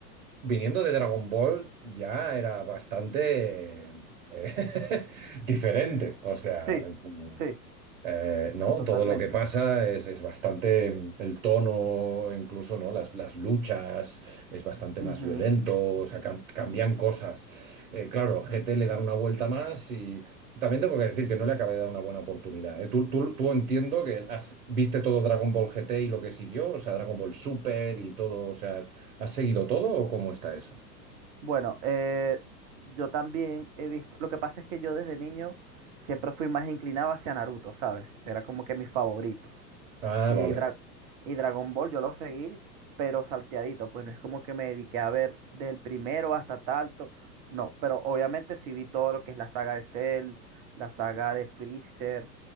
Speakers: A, on the right; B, on the right.
A: viniendo de Dragon Ball ya era bastante eh, <laughs> diferente. O sea,
B: Sí,
A: mm,
B: sí,
A: eh, ¿no?
B: totalmente.
A: Todo lo que pasa es, es bastante mm, el tono, incluso, ¿no? Las, las luchas, es bastante
B: Ujú.
A: más violento, o sea, cam- cambian cosas. Eh, claro, G T le dan una vuelta más y. También tengo que decir que no le acabé de dar una buena oportunidad, ¿eh? Tú, tú, tú entiendo que has, viste todo Dragon Ball G T y lo que siguió, o sea, Dragon Ball Super y todo, o sea, ¿Has seguido todo o cómo está eso?
B: Bueno, eh, yo también he visto, lo que pasa es que yo desde niño siempre fui más inclinado hacia Naruto, ¿sabes? Era como que mi favorito.
A: Ah,
B: Y,
A: vale.
B: Dra- y Dragon Ball yo lo seguí, pero salteadito, pues no es como que me dediqué a ver del primero hasta tanto, no, pero obviamente sí vi todo lo que es la saga de Cell, la saga de Freezer.